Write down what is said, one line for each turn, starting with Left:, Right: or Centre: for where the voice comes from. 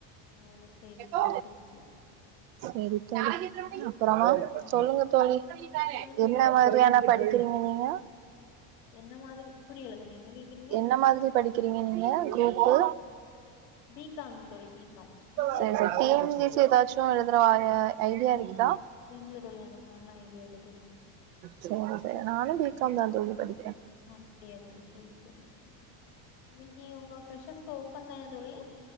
Left: ஓ சேரி தோழி
Right: ஓ
Left: சேரி தோழி
Right: செரி தோழி அப்பறமா சொல்லுங்க தோழி
Left: சொல்லுங்க
Right: என்ன
Left: தோழி
Right: மாரியானா படிக்கிறீங்க நீங்க
Left: என்ன மாதிரி புரியல தோழி என்ன கேக்குறீங்க
Right: என்ன மாதிரி படிக்கிறீங்க நீங்க க்ரூப்பு
Left: பீ காம் தோழி பீ காம் நீங்க
Right: சரி சரி டி என் பி சி எதாச்சு எழுதுற ஐ ஐடியா இருக்குதா
Left: இல்ல தோழி அந்த மார்லா ஐடியா இல்ல தோழி
Right: செரி செர் நானு பி காம் தா தோழி படிக்கிற
Left: அப்டியா தோழி செரி தோழி செரி இன்னெக்கி உங்க ப்ரஷர்ஸ்க்கு ஓப்பன் தான தோழி